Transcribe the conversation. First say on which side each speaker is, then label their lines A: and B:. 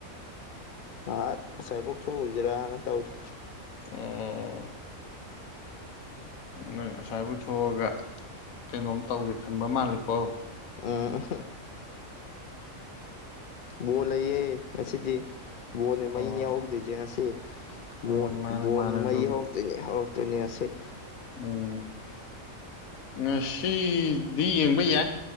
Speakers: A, on the left; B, on the left.
A: ꯉꯍꯥꯛ ꯑꯁꯥꯏꯕꯣꯛ ꯊꯣꯛꯎꯁꯤꯔꯅ ꯇꯧꯔꯤ
B: ꯎꯝ ꯑꯣ ꯅꯣꯏ ꯑꯁꯥꯏꯕꯨꯛ ꯊꯣꯛꯑꯒ ꯀꯩꯅꯣꯝ ꯇꯧꯒꯦ ꯈꯟꯕ ꯃꯥꯜꯂꯤꯀꯣ
A: ꯎꯝ ꯕꯣꯜ ꯂꯩꯌꯦ ꯉꯁꯤꯗꯤ ꯕꯣꯟꯅꯦ
B: ꯑꯣ
A: ꯃꯩꯅꯦ ꯍꯧꯗ꯭ꯣꯏꯁꯦ ꯉꯁꯤ ꯕꯣꯟ
B: ꯎ ꯃꯥꯅꯦ
A: ꯕꯣꯟ
B: ꯃꯥꯅꯦ ꯑꯗꯨꯕꯨꯗꯤ
A: ꯃꯩ ꯍꯧꯔꯛꯇꯣꯏꯅꯦ ꯍꯧꯔꯛꯇꯣꯏꯅꯦ ꯑꯁꯦ
B: ꯎꯝ ꯉꯁꯤꯗꯤ ꯌꯦꯡꯕ ꯌꯥꯏ